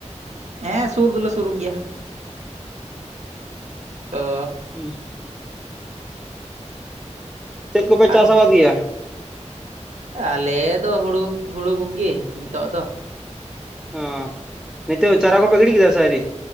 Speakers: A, on the right (about 70°); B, in the centre.
A: ᱦᱮᱸ ᱥᱩᱨ ᱫᱚᱞᱮ ᱥᱩᱨᱩᱜ ᱜᱮᱭᱟ᱾ ᱛᱚ,
B: ᱦᱩᱸ, ᱪᱮᱫ ᱠᱚ ᱯᱮ
A: ᱟᱨ
B: ᱪᱟᱥ ᱟᱵᱟᱛ ᱜᱮᱭᱟ᱾
A: ᱟᱞᱮ ᱫᱚ ᱦᱩᱲᱩ ᱦᱩᱲᱩ ᱠᱚ ᱜᱮ ᱱᱤᱛᱚᱜ ᱫᱚ
B: ᱚ ᱱᱤᱛᱜ ᱪᱟᱨᱟ ᱠᱚ ᱯᱮ ᱜᱤᱲᱤ ᱠᱮᱫᱟ ᱥᱮ ᱟ. ᱣᱨᱤ